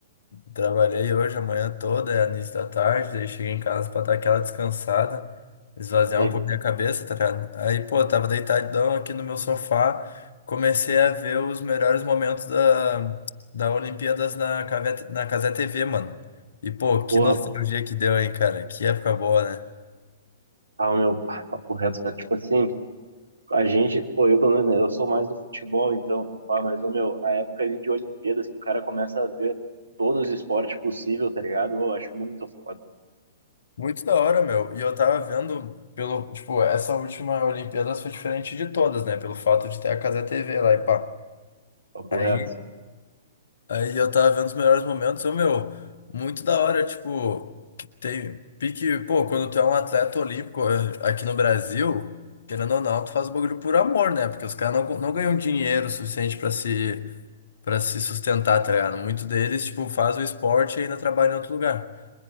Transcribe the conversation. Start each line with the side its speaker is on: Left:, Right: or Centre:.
Left: trabalhei hoje, a manhã toda, é início da tarde, daí cheguei em casa pra dar aquela descansada, esvaziar
Right: E,
Left: um pouco minha cabeça, tá ligado? Aí, pô, tava deitadão aqui no meu sofá, comecei a ver os melhores momentos da, da Olimpíadas na, Cave- na Cazé TV, mano. E, pô, que
Right: porra,
Left: nostalgia que deu, hein, cara? Que época boa, né?
Right: ah, meu, pá, papo reto, cara. Tipo assim, a gente, pô, eu pelo menos, né, eu sou mais do futebol, então, e pá, mas, ô, meu, a época ali de Olimpíadas que o cara começa a ver todos os esportes possíveis, tá ligado? Eu acho muito foda,
Left: Muito da hora, meu. E eu tava vendo pelo, tipo, essa última Olimpíada foi diferente de todas, né? Pelo fato de ter a Cazé TV lá e pá.
Right: papo
Left: Aí,
Right: reto.
Left: aí eu tava vendo os melhores momentos, eu, meu, muito da hora, tipo, que tem pique, pô, quando tu é um atleta olímpico eh, aqui no Brasil, querendo ou não, tu faz o bagulho por amor, né? Porque os caras não, não ganham dinheiro suficiente pra se para se sustentar, tá ligado? Muito deles, tipo, faz o esporte e ainda trabalha em outro lugar.